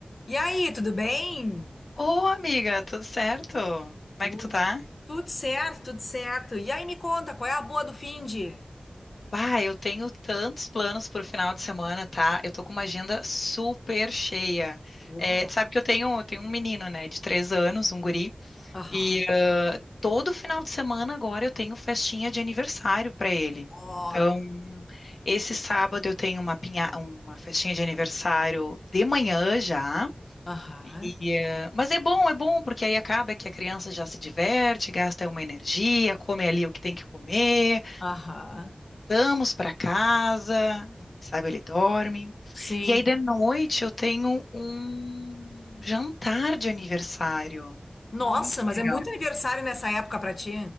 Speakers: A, on the left; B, on the left.
A: E aí, tudo bem?
B: Ô, amiga, tudo certo? Como
A: Tu-
B: é que tu tá?
A: Tudo certo, tudo certo. E aí, me conta, qual é a boa do finde?
B: Bah, eu tenho tantos planos pro final de semana, tá? Eu tô com uma agenda super cheia.
A: Oba.
B: É, tu sabe que eu tenho, eu tenho um menino, né, de três anos, um guri,
A: Aham.
B: e ah, todo final de semana agora eu tenho festinha de aniversário pra ele.
A: Nossa.
B: Então, esse sábado eu tenho uma pinha, uma festinha de aniversário de manhã já.
A: Aham.
B: E, eh, mas é bom, é bom, porque aí acaba que a criança já se diverte, gasta uma energia, come ali o que tem que comer,
A: Aham.
B: vamos para casa, aí quem sabe ele dorme.
A: Sim.
B: E aí de noite eu tenho um jantar de aniversário.
A: Nossa,
B: Muito
A: mas
B: legal.
A: é muito aniversário nessa época pra ti.